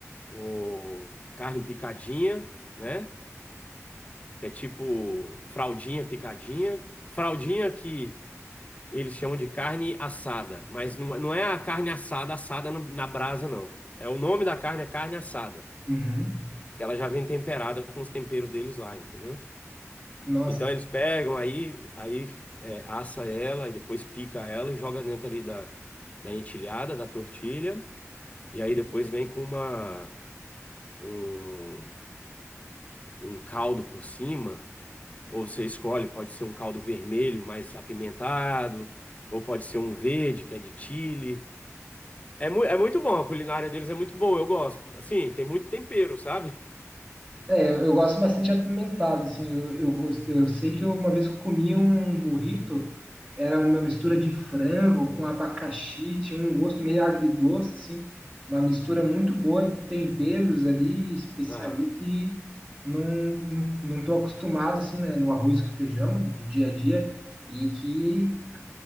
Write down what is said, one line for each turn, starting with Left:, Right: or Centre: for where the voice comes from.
Left: o carne picadinha, né? Que é tipo fraldinha picadinha. Fraldinha que eles chamam de carne assada, mas não, não é a carne assada assada no- na brasa, não. É o nome da carne, é carne assada.
Right: Uhum.
Left: que ela já vem temperada com os temperos deles lá, entendeu?
Right: Nossa.
Left: Então eles pegam, aí, aí é, assa ela e depois pica ela e joga dentro ali da, da entilhada, da tortilha, e aí depois vem com uma, um, um caldo por cima, ou você escolhe, pode ser um caldo vermelho mais apimentado, ou pode ser um verde, que é de chili. É, mu é muito bom, a culinária deles é muito boa, eu gosto. Assim, tem muito tempero, sabe?
Right: É, eu, eu gosto bastante apimentado, assim, eu, eu, gosto, eu sei que eu- uma vez que eu comi um burrito, era uma mistura de frango com abacaxi, tinha um gosto meio agridoce, assim, uma mistura muito boa de temperos ali, especiaria
Left: Aham.
Right: que não, não não tô acostumado, assim, né, no arroz com feijão do dia a dia, e que